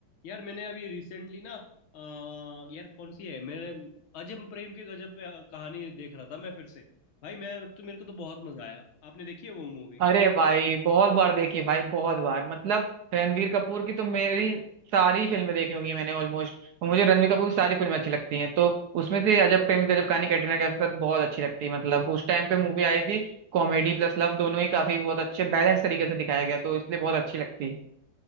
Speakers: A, on the left; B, on the right.
A: यार मैंने अभी रिसेंटली ना अ, यार कौन सी है मेरे अजम प्रेम की गजब पे अ, कहानी देख रहा था मैं फिर से भाई मैं तो मेरे को तो बहुत मजा आया आपने देखी है वो मूवी
B: अरे भाई बहुत बार देखी भाई बहुत बार मतलब रणवीर कपूर की तो मेरी सारी फिल्में देखी होंगी मैंने ऑलमोस्ट मुझे रणवीर कपूर की सारी फिल्में अच्छी लगती हैं तो उसमें से अजब प्रेम गजब कहानी कैटरीना कैफ के साथ बहुत अच्छी लगती है मतलब उस टाइम पे मूवी आई थी कॉमेडी प्लस लव दोनों ही काफी बहुत अच्छे बैलेंस तरीके से दिखाया गया तो इसलिए बहुत अच्छी लगती है